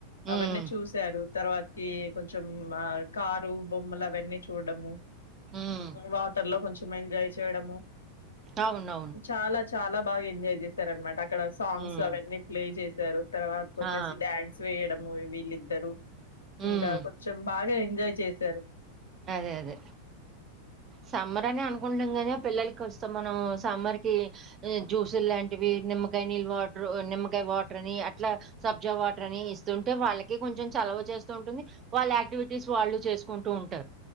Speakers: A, on the right (about 30°); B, on the left (about 70°).
A: హ్మ్.
B: అవన్నీ చూశారు తర్వాతకి కొంచం ఆ కారు బొమ్మలు అవన్నీ చూడడము
A: హ్మ్.
B: వాటర్ లో కొంచెం ఎంజాయ్ చేయడము
A: అవునవును.
B: చాలా చాలా బాగా ఎంజాయ్ చేశారు అనమాట అక్కడ సాంగ్స్
A: హ్మ్.
B: అవన్నీ ప్లే చేశారు తర్వాతకు వచ్చేసి
A: ఆ!
B: డ్యాన్స్ వేయడము వీ ళ్ళిద్దరు
A: హ్మ్.
B: ఇంకా కొంచెం బాగా ఎంజాయ్ చేశారు
A: అదే అదే సమ్మర్ అని అనుకుంటుం నీ పిల్లలకి వస్తాం మనం సమ్మర్ కి జ్యూసులు లాంటివి నిమ్మకాయ నీళ్ వాటర్ నిమ్మకాయ వాటర్ అని అట్లా సబ్జా వాటర్ అని ఇస్తుంటే వాళ్ళకి కొంచెం చల చేస్తూ ఉంటుంది వాళ్ళ యాక్టివిటీస్ వాళ్ళు చేసుకుంటూ ఉంటారు